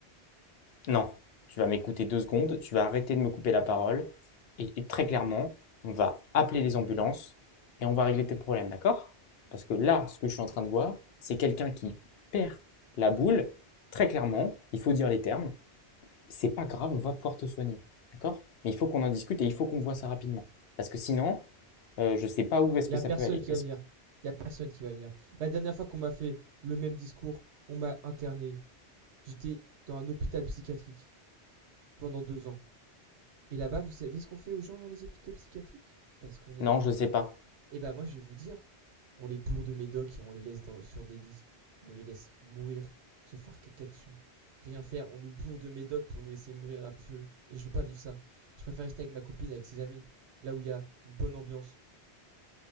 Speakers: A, on the left (about 65°); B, on the right (about 80°).
A: Non, tu vas m'écouter deux secondes. Tu vas arrêter de me couper la parole. Et, et très clairement, on va appeler les ambulances et on va régler tes problèmes, d'accord? Parce que là, ce que je
B: Mais
A: suis en train de voir, c'est quelqu'un qui perd la boule. Très clairement, il faut dire les termes. c'est pas grave, on va pouvoir te soigner. D'accord Mais il faut qu'on en discute et il faut qu'on voit ça rapidement. Parce que sinon, euh, je ne sais pas où est-ce
B: il
A: que
B: y a
A: ça
B: personne
A: peut aller.
B: qui
A: Est-ce-
B: va venir. Il y a personne qui va venir. La dernière fois qu'on m'a fait le même discours, on m'a interné. J'étais dans un hôpital psychiatrique. pendant deux ans. Et là-bas, vous savez ce qu'on fait aux gens dans les hôpitaux psychiatriques Parce qu'on est
A: Non,
B: fous.
A: je ne sais pas.
B: Eh ben moi, je vais vous dire, on les bourre de médoc et on les laisse dans, sur des lits. On les laisse mourir, se faire caca dessus. Rien faire, on nous bourre de médoc pour nous laisser mourir à petit feu. Et je veux pas vivre ça. Je préfère rester avec ma copine, avec ses amis, là où il y a une bonne ambiance.